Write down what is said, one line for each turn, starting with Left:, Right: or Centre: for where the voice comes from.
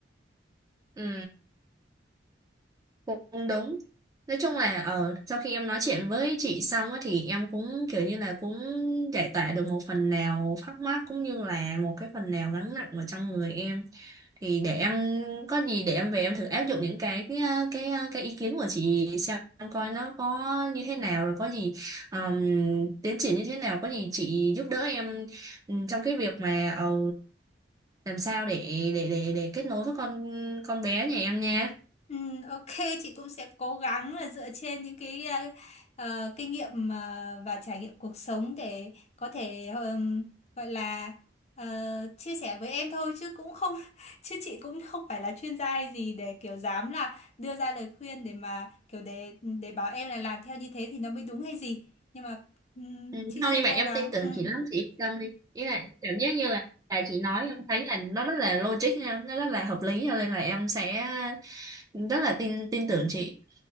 Right: ừ. Cũng đúng. Nói chung là ờ sau khi em nói chuyện với chị xong á thì em cũng kiểu như là cũng giải tỏa được một phần nào thắc mắc cũng như là một cái phần nào gánh nặng ở trong người em. Thì để em có gì để em về em thử áp dụng những cái cái ờ, cái, ờ, cái ý kiến của chị xem coi nó có như thế nào rồi có gì ờm, tiến triển như thế nào có gì chị giúp đỡ em ừm, trong cái việc mà ờ, làm sao để để để để kết nối với con con bé nhà em nha.
Left: Ừ, ok chị cũng sẽ cố gắng là dựa trên những cái ờ, ờ, kinh nghiệm ờ, và trải nghiệm cuộc sống để có thể ờm, gọi là ờ, chia sẻ với em thôi chứ cũng không <laughs> chứ chị cũng không phải là chuyên gia hay gì để kiểu dám là đưa ra lời khuyên để mà kiểu để để bảo em là làm theo như thế thì nó mới đúng hay gì nhưng mà ừm,
Right: Ừ,
Left: chị
Right: không
Left: sẽ
Right: nhưng mà
Left: cố
Right: em
Left: gắng
Right: tin tưởng
Left: ừ,
Right: chị lắm chị yên tâm đi ý là cảm giác như là, là chị nói em thấy là nó rất là logic nha, nó rất là hợp lý cho nên là em sẽ rất là tin tin tưởng chị